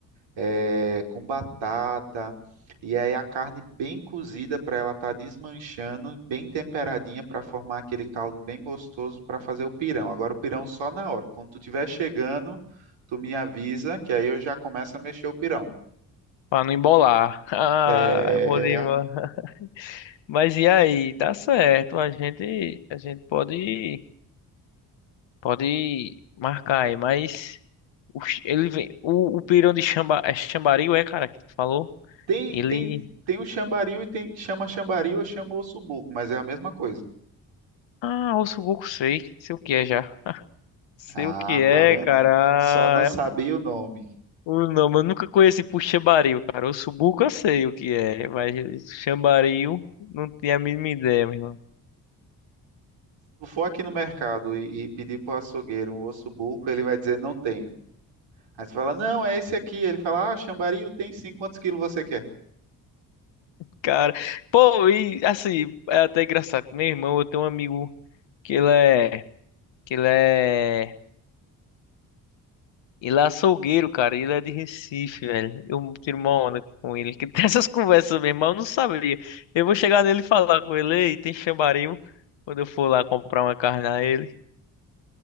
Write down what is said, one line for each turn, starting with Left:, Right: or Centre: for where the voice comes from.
Right: é, com batata. E aí a carne bem cozida para ela estar desmanchando, bem temperadinha para formar aquele caldo bem gostoso para fazer o pirão. Agora o pirão só na hora. Quando tu estiver chegando, tu me avisa que aí eu já começo a mexer o pirão.
Left: Pra não embolar. <laughs> Ah,
Right: É,
Left: é bom demais. <laughs> Mas e aí? Dá certo. A gente, a gente pode, pode marcar aí. Mas o, ch- ele vem, o, o pirão de chamba, é chambaril, é, cara, que tu falou?
Right: Tem,
Left: Ele.
Right: tem, tem o chambaril e tem chama chambaril ou chama ossobuco, mas é a mesma coisa.
Left: Ah, osso pouco sei. Sei o que é já. Sei
Right: Ah,
Left: o que é,
Right: tá vendo?
Left: cara.
Right: Só não sabia
Left: é
Right: o nome. Se
Left: Uh, Não, mas eu nunca conheci por Xambaril, cara. O Subuco eu sei o que é, mas Xambaril não tinha a mínima ideia, meu irmão.
Right: tu for aqui no mercado e, e pedir pro açougueiro um ossobuco, ele vai dizer não tenho. Aí você fala, não, é esse aqui. Ele fala, ah, chambaril tem sim, quantos quilos você quer?
Left: Cara, pô, e assim, é até engraçado. Meu irmão, eu tenho um amigo que ele é, que ele é, ele é açougueiro, cara. e Ele é de Recife, velho. Eu tiro uma onda com ele, que <laughs> tem essas conversas, meu irmão, eu não sabia. Eu vou chegar nele e falar com ele, ei, tem Xambaril, quando eu for lá comprar uma carne a ele,